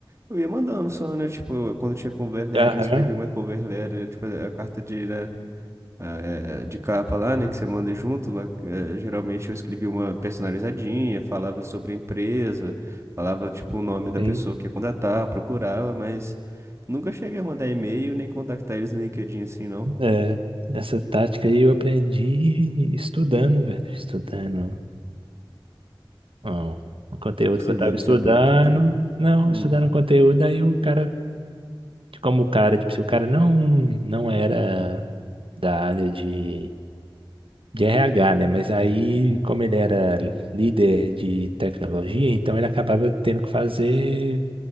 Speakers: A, on the right; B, on the right.
A: Eu ia mandando só, né? Tipo, quando tinha cover letter,
B: Aham,
A: eu escrevia uma cover letter, tipo, a carta de, né, a, eh, de capa lá, né, que você manda junto. lá, eh, geralmente eu escrevia uma personalizadinha, falava sobre a empresa, falava, tipo, o nome da
B: sim.
A: pessoa que ia contratar, eu procurava, mas nunca cheguei a mandar e-mail nem contactar eles no LinkedIn assim, não.
B: É, essa tática aí eu aprendi estudando, velho. Estudando. Ó, o conteúdo
A: Estudando
B: que eu tava estudando.
A: sobre o LinkedIn.
B: Não,
A: Hum.
B: estudando o conteúdo, aí o cara, como o cara, tipo, se o cara não, não era da área de, de RH, né? Mas aí, como ele era líder de tecnologia, então ele acabava tendo que fazer.